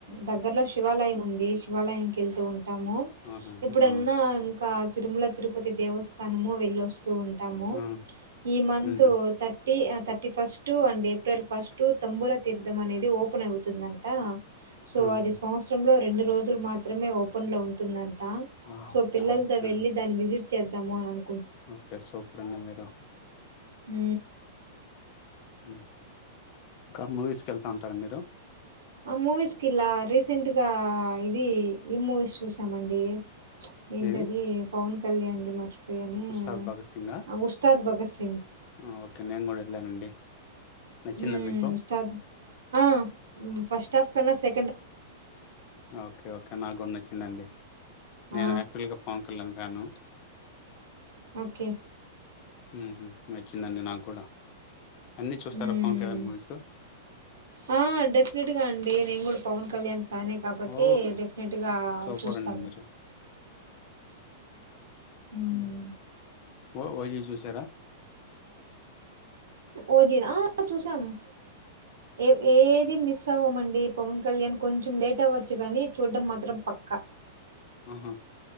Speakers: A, on the right; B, on the left.
A: దగ్గరలో శివాలయం ఉంది శివాలయం కెళ్తూ ఉంటాము
B: ఆహా అండి
A: ఎప్పుడన్నా
B: ఆ
A: ఇంకా తిరుమల తిరుపతి దేవస్థానము వెళ్ళొస్తూ ఉం టాము
B: ఆ
A: ఈ మంత్
B: మ్మ్
A: తట్ ఆ థర్టీ ఫస్ట్ అండి ఏప్రిల్ ఫస్ట్ తంబూర తీర్థం అనేది ఓపెన్ అవుతుందంటా సో
B: హ్మ్
A: అది సంవత్సరంలో రెండు రోజులు మాత్రమే ఓపెన్ లో ఉంటుందం టా
B: ఆ
A: సో పిల్లలతో
B: ఆ ఆ!
A: వెళ్ళి దాని విజి చేద్దాము అన్ అను
B: ఓకే సూపర్ అండి మీరు
A: ఉ
B: ఉ ఇంకా మువీస్కెళ్తా ఉంటారా మీరు
A: ఆ మూవీస్ కి ఇలా రీసెంట్ గా ఇది ఈ మూవీస్ చూసామండి ఏంటది
B: ఏది
A: పవన్ కళ్యాణ్ ది మచి అది ఏమీ
B: ఉస్తాద్ భగత్ సింగా
A: ఆ ఉస్తాద్ భగత్ సింగ్
B: ఆ ఓకే నేను కూడ ఎల్లానండి నచ్చిందా
A: ఉమ్
B: మీకు
A: ఉస్తాద్ ఆ ఫస్ట్ హఫ్ కన్నా సె
B: ఆ ఓకే ఓకే నాకూడ నచ్చిందండి
A: ఆ
B: నేను యాక్చువల్గా పవన్ కళ్యాణ్ ఫ్యాను
A: ఓకే
B: ఉ హు నచ్చిందండి నాకూడా అన్ని చూసారా
A: మ్మ్
B: పవన్ కళ్యాణ్ మూవీస్
A: ఆ డెఫినెట్ అండి నేను కూడా పవన్ కళ్యాణ్ ఫ్యానే కాబట్టి
B: ఓ
A: డెఫినెట్గా
B: సూపర్
A: చూస్తాను
B: అండి మీరు
A: మ్మ్
B: ఊ ఓ ఓయి చూసరా
A: ఓజిన చూసాము ఏ ఏది మిస్ అవ్వమండి పవన్ కళ్యాణ్ కొంచెం లేట్ అవ్వచ్చు కానీ చూడ్డం మాత్రం పక్కా
B: ఆహా